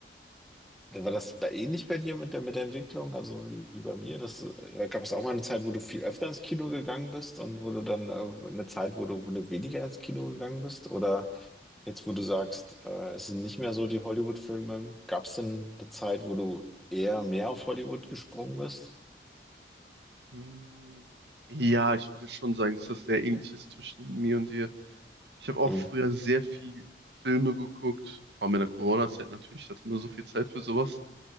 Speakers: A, in the centre; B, on the right.
A: War das bei ähnlich bei dir mit der, mit der Entwicklung, also wie, wie bei mir? Das, äh, da gab es auch mal eine Zeit, wo du viel öfter ins Kino gegangen bist und wo du dann äh, eine Zeit, wo du, wo du weniger ins Kino gegangen bist? Oder jetzt, wo du sagst, äh, es sind nicht mehr so die Hollywood-Filme, gab es denn eine Zeit, wo du eher mehr auf Hollywood gesprungen bist?
B: Hm, Ja, ich würde schon sagen, dass das sehr ähnlich ist zwischen mir und dir. Ich habe auch
A: Hm.
B: früher sehr viel Filme geguckt, vor allem in der Corona-Zeit natürlich, da hatte man so viel Zeit für sowas.